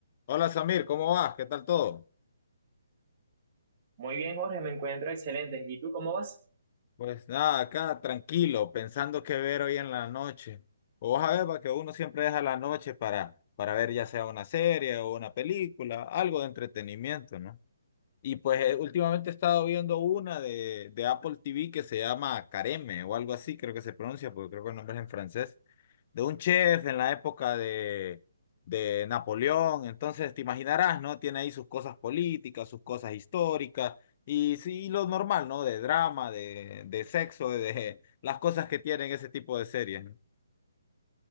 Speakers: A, on the left; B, on the right.
A: Hola Samir, ¿cómo vas? ¿Qué tal todo?
B: Muy bien, Jorge, me encuentro excelente. ¿Y tú cómo vas?
A: Pues nada, acá tranquilo, pensando qué ver hoy en la noche. O vas a ver, va, que uno siempre deja la noche para, para ver ya sea una serie o una película, algo de entretenimiento, ¿no? Y pues eh, últimamente he estado viendo una de, de Apple TV que se llama Careme o algo así, creo que se pronuncia, porque creo que el nombre es en francés. de un chef en la época de, de Napoleón. Entonces, te imaginarás, ¿no? Tiene ahí sus cosas políticas, sus cosas históricas y sí, lo normal, ¿no? De drama, de, de sexo, de <laughs> las cosas que tienen ese tipo de series, ¿no?